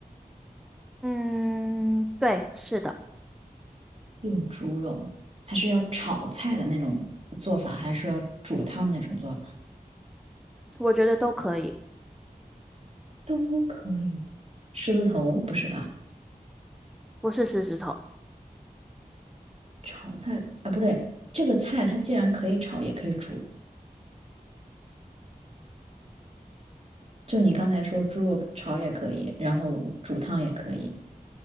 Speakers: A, in the centre; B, on the right.
A: 嗯，对，是的，
B: 用猪肉，它是要炒菜的那种做法，还是要煮汤那种做法？
A: 我觉得都可以，
B: 都可以。狮子头不是吧？
A: 不是狮子头。
B: 炒菜啊，不对，这个菜它既然可以炒，也可以煮。就你刚才说猪肉炒也可以，然后煮汤也可以。